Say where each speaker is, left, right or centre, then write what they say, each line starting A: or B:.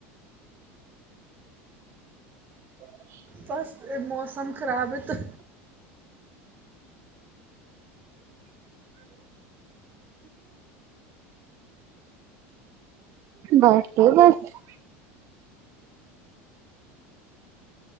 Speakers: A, on the right; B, on the right.
A: ਹ
B: ਬਸ ਮੌਸਮ ਖਰਾਬ ਤਾਂ
A: ਬੱਸ ਬੱਸ <unintelligible>